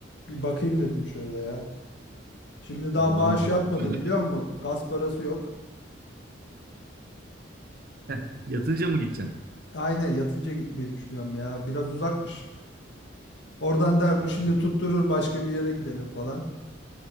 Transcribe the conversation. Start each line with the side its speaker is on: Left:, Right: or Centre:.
Left: Bir bakayım dedim şöyle ya. Şimdi daha
Right: Vallahi
Left: maaş
Right: mantıklı.
Left: yatmadı biliyor musun? Gaz parası yok.
Right: <laughs> Yatınca mı gideceksin?
Left: Aynen yatınca gitmeyi düşünüyorum ya. Biraz uzakmış. Oradan der
Right: Abi.
Left: bu şimdi tutturur başka bir yere gidelim falan.